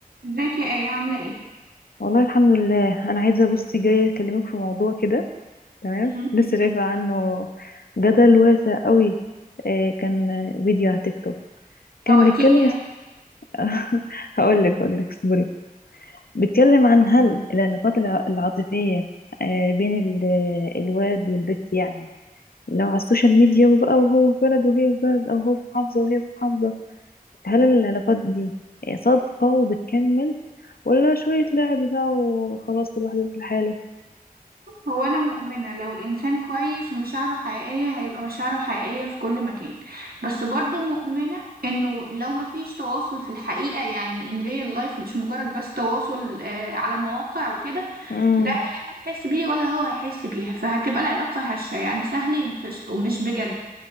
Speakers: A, on the right (about 80°); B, on the left (about 75°).
A: ازيك يا آية عاملة ايه؟
B: والله الحمد لله انا عايزه بصي جايه اكلمك في موضوع كده تمام
A: مم.
B: لسه شايفه عنه جدل واسع قوي آه، كان فيديو على تيك توك كان
A: شوقتيني
B: بيتكلم اس...
A: اوي
B: <laughs> هقول لك هقول لك اصبري بيتكلم عن هل العلاقات الع- العاطفيه آه، بين ال- الواد والبت يعني لو على السوشيال ميديا وبقى وهو في بلد وهي في بلد او هو في محافظه وهي في محافظه هل العلاقات دي صادقة وبتكمل ولا شوية لعب بقى وخلاص كل واحد يروح لحاله
A: هو أنا مؤمنة لو الإنسان كويس ومشاعره حقيقية هيبقى مشاعره حقيقية في كل مكان بس برضو مؤمنة إنه لو مفيش تواصل في الحقيقة يعني in real life مش مجرد بس تواصل آه على مواقع وكده
B: امم
A: لا هي هتحس بيه ولا هو هيحس بيها فهتبقى العلاقة هشة يعني سهل ينفصلوا مش بجد